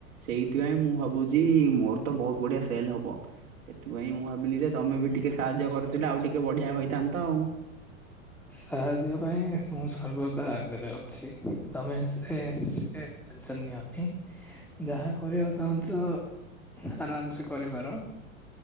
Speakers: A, on the right; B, in the centre.
A: ସେଇଥିପାଇଁ ମୁଁ ଭାବୁଛି ମୋର ତ ବହୁତ ବଢିଆ ସେଲ ହବ। ସେଥିପାଇଁ ମୁଁ ଭାବିଲି ଯେ ତମେ ବି ଟିକେ ସାହାଯ୍ୟ କରିଥିଲେ ଆଉ ଟିକେ ବଢିଆ ହୋଇଥାନ୍ତା ଆଉ।
B: ସାହାଯ୍ୟ ପାଇଁ ମୁଁ ସର୍ବଦା ଆଗରେ ଅଛି ତମେ ସେ ସେ। ଟେନସନ୍ ନିଅନୀ। ଯାହା କରିବାକୁ ଚାହୁଁଛ ଆରାମ୍ ସେ କରିପାର।